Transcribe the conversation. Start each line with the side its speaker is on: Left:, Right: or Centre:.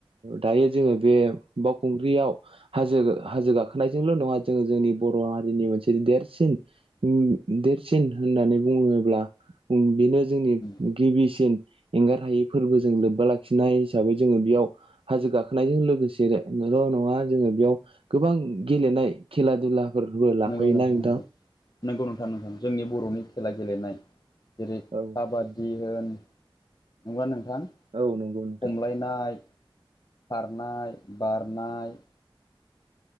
Right: दायो जोङो बे बावखुंग्रियाव हाजो हाजो गाखोनायजोंल नङा जोङो जोंनि बर' हारिनि मोनसे देरसिन उम देरसिन होननानै बुङोब्ला बेनो जोंनि
Left: उम
Right: गिबिसिन एंगार हायै फोरबो जों लोबबा लाखिनाय हिसाबै जोङो बेयाव हाजो गाखोनायजों लोगोसेल' नङा जोङो बेयाव गोबां गेलेनाय खेला दुलाफोर हो लाफायोना
Left: नंगौ नंगौ
Right: नोंथां
Left: नंगौ नंगौ नोंथा नंथां जोंनि बर'नि खेला गेलेनाय जेरै
Right: औ
Left: काबादि
Right: नोंथां
Left: होन नङा नोंथां
Right: औ नंगौ नोंथां
Left: खमलायनाय खारनाय बारनाय